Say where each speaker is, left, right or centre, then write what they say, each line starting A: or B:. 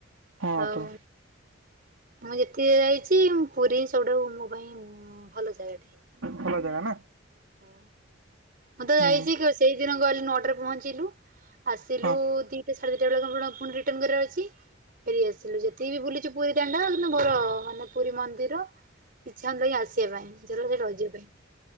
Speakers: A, on the right; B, on the right.
A: ହଁ
B: ଆଉ
A: ତ।
B: ମୁଁ ଯେତିକି ଯାଇଛି ପୁରୀ ସବୁଠୁ ମୋ ପାଇଁ ଭଲ ଜାଗା।
A: ଭଲ ଜାଗା ନା।
B: ହଁ। ମୁଁ ତ ଯାଇଚି
A: ହୁଁ
B: ସେଇଦିନ ଗଲି ନଅଟାରେ ପହଞ୍ଚିଲୁ ଆସିଲୁ
A: ହଁ।
B: ଦିଟା ସା ଢେ ଦିଇଟା ବେଳକୁ ଫୁଣି ରିଟର୍ଣ କରିବାର ଅଛି। ଫେରି ଆସିଲୁ ଯେତିକି ବୁଲିଚୁ ପୁରୀ ଦାଣ୍ଡ କିନ୍ତୁ ମୋର ମାନେ ପୁରୀ ମନ୍ଦିର। ଇଚ୍ଛା ହଉ ନଥିଲା କି ଆସିବା ପାଇଁ ଇଚ୍ଛା ହେଲା ସେଠି ରହିଯିବା ପାଇଁ।